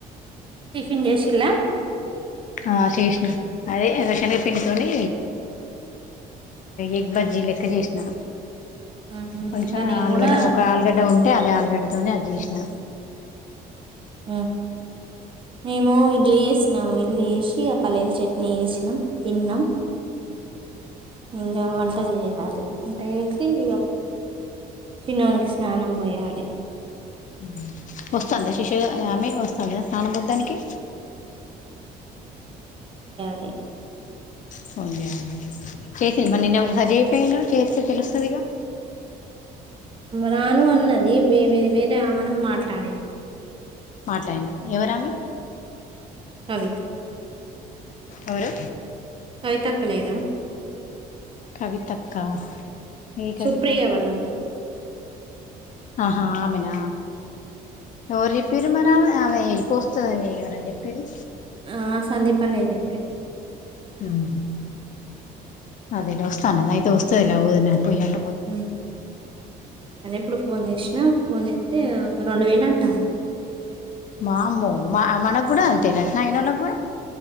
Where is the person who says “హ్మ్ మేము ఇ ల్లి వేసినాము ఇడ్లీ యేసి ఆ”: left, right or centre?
Right